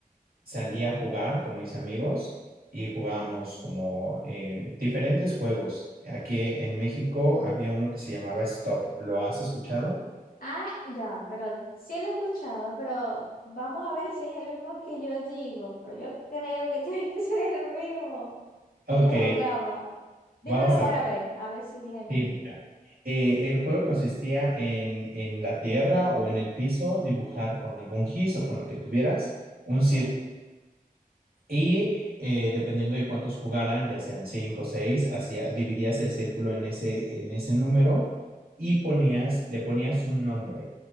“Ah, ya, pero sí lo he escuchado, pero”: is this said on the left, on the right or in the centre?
Left